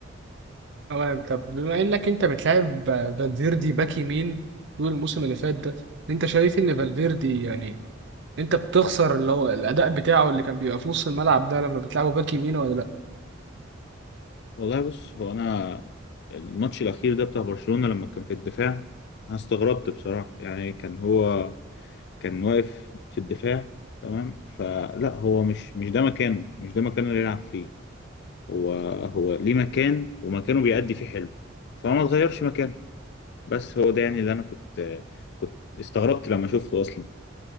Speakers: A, on the right; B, on the left.
A: تمام طب بما انك انت بتلعب فالفيردي باك يمين طول الموسم اللي فات ده انت شايف ان فالفيردي يعني انت بتخسر اللي هو الاداء بتاعه اللي كان بيبقى في نص الملعب ده لما بتلعبه باك يمين ولا لا
B: والله بص هو انا الماتش الاخير ده بتاع برشلونه لما كان في الدفاع انا استغربت بصراحه يعني كان هو كان واقف في الدفاع تمام فلا هو مش مش ده مكانه مش ده مكانه اللي يلعب فيه هو هو ليه مكان ومكانه بيأدي فيه حلو فما تغيرش مكانه بس هو ده يعني اللي انا كنت كنت استغربت لما شفته اصلا